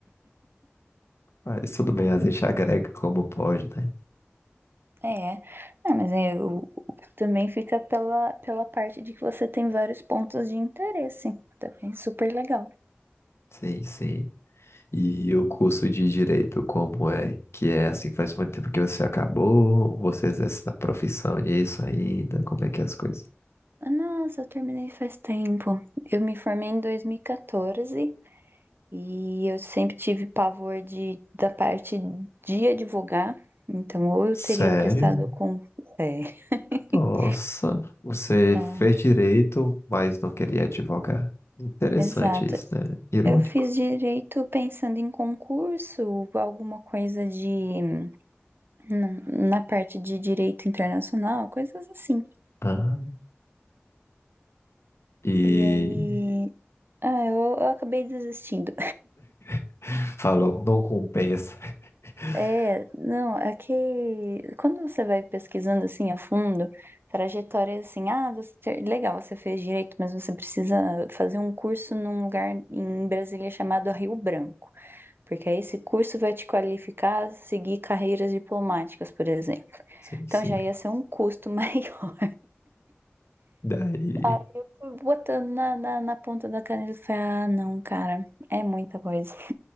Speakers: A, on the left (about 80°); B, on the right (about 55°).
A: Mas tudo bem, a gente agrega como pode, né?
B: É, não, mas eu, também fica pela, pela parte de que você tem vários pontos de interesse. Também super legal.
A: Sim, sim. E o curso de direito, como é que é assim? Faz muito tempo que você acabou? Você exerce na profissão nisso ainda? Como é que é as coisas?
B: Ah, Nossa, eu terminei faz tempo. Eu me formei em 2014 e quatorze e eu sempre tive pavor de, da parte de advogar. Então, ou eu
A: Sério?
B: teria prestado com. É, <laughs>
A: Nossa, você
B: é,
A: fez direito, mas não queria advogar. Interessante
B: exato.
A: isso, né? Irônico.
B: Eu fiz direito pensando em concurso, alguma coisa de Não, na parte de direito internacional, coisas assim.
A: Ah, e
B: E aí. Ah, eu, eu acabei desistindo.
A: <laughs> falou, não compensa. <laughs>
B: É, não, é que quando você vai pesquisando assim a fundo, trajetória assim, ah, você ter- legal, você fez direito, mas você precisa fazer um curso num lugar em Brasília chamado Rio Branco, porque aí esse curso vai te qualificar a seguir carreiras diplomáticas, por exemplo.
A: Sim,
B: Então
A: sim.
B: já ia ser um custo <laughs> maior
A: Daí,
B: Aí eu fui botando na, na, na ponta da caneta e falei, ah, não, cara, é muita coisa.